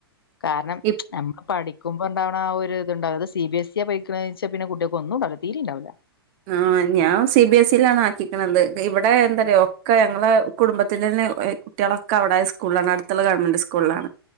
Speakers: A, on the left (about 65°); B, on the right (about 35°).
A: കാരണം
B: ഇപ്
A: നമ്മൾ പഠിക്കുമ്പോണ്ടാവ ആ ഒരു ഇതുണ്ടാവും ത് സി ബി എസ്സ്യ പൊയ്‌ക്ക്ണേച്ച പിന്നെ കുട്ട്യാക്കൊന്നും ണ്ടാവൂല തീരി ണ്ടാവൂല.
B: ആ ഞാൻ സി ബിഎസ് ഇലാണ് ആക്കിക്ക്ണത് ഇവിടെ എന്താ റ്യോ ഒക്കെ ഞങ്ങളെ കുടുംബത്തിലെന്നെ കുട്ട്യാളൊക്കെ വടെ സ്കൂളിലാണ് അടുത്ത്ള്ള ഗവൺമെൻറ് സ്കൂളിലാണ്